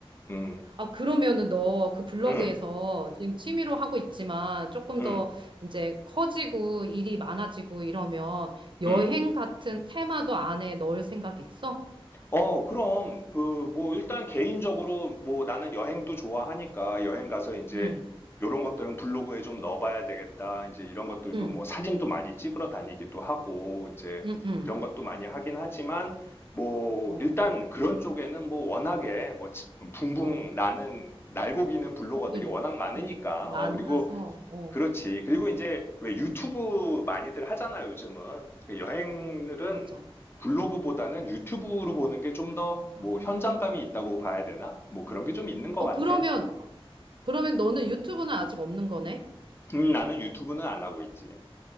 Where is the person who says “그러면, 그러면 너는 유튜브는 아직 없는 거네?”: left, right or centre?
Right